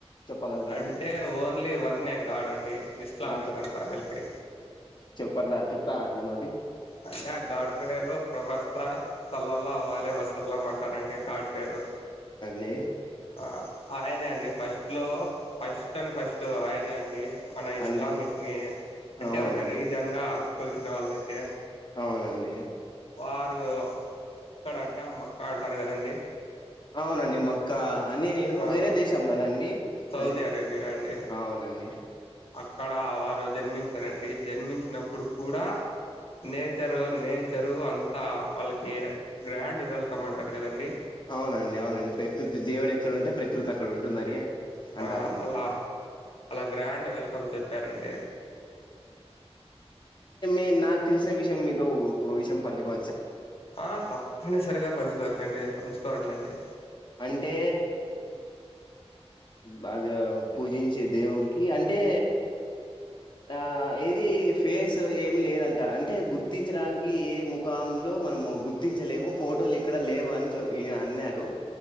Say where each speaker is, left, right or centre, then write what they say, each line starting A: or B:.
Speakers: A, on the left; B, on the left.
A: చెప్పగలరా
B: అంటే
A: అండి
B: ఓన్లీ వన్నె గాడ్ అండి ఇస్లామిక్
A: ఆ
B: అంతా కలిపే
A: పరదా చెప్తారాండి మాది
B: అంటే ఆ గాడ్ పేరు ప్రొఫెస సల్లల్ల వావ్ వాలే వా స ల మన్ అవునండి గాడ్ పేరు
A: లే
B: ఆ ఆయనే అండి ఫస్ట్లో ఫస్ట్ అండ్ ఫస్ట్ ఆయనే అండి మన ఇస్లామిక్ని
A: అంటే
B: అంటే
A: అవునండి
B: ఒక రీజన్గా కొలిసిన వాళ్ళైతే
A: అవునండి
B: వారు ఎక్కడ అంటే అమ్మక్క అంటారు కదండి
A: అవునండి మక్ కా అన్నీ నేను
B: ఆ,
A: వేరే దేశం కదండి
B: సౌదీ
A: అది
B: అరేబియా అండి
A: అవునండి
B: అక్కడ వారు జన్మించారండి జన్మించినప్పుడు కూడా నేచరు నేచరు అంతా వాళ్ళకి గ్రాండ్ వెల్కమ్ అంటారు కదండి
A: అవునండి అవునండి ప్రకృతి దేవుడు ఎక్కడుంటే ప్రకృతి అక్కడ ఉంటుందని అంటారండి
B: ఆ అలా అలా గ్రాండ్ వెల్కమ్ చెప్పారండి
A: ఇ నా తెలిసిన విషయం మీతో పోవిశం పంజుకో
B: ఆ తప్పన్నీసరిగా పంచుకోవచ్చండి. పంచుకో ఉండండి.
A: అంటే బాగా పూజించే దేవుడికి అంటే ఆ ఏది ఫేస్ ఏమి లేదంట అంటే గుర్తించడానికి ఏ ముఖాంలో మనము గుర్తించలేము ఫోటోలు ఇక్కడ లేవు అని చే ఎ అన్నారు